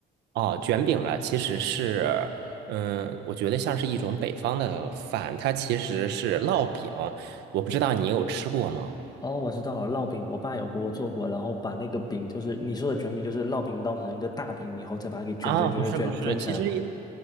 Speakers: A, on the right; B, on the left.
A: 哦，卷饼啊，其实是，嗯，我觉得像是一种北方的饭，它其实是烙饼，我不知道你有吃过吗？
B: 哦，我知道了，烙饼，我爸有给我做过，然后把那个饼，就是你说的卷饼，就是烙饼烙成一个大饼以后，再把它给卷卷卷卷卷卷起来嘛。
A: 啊，不是不是，其实也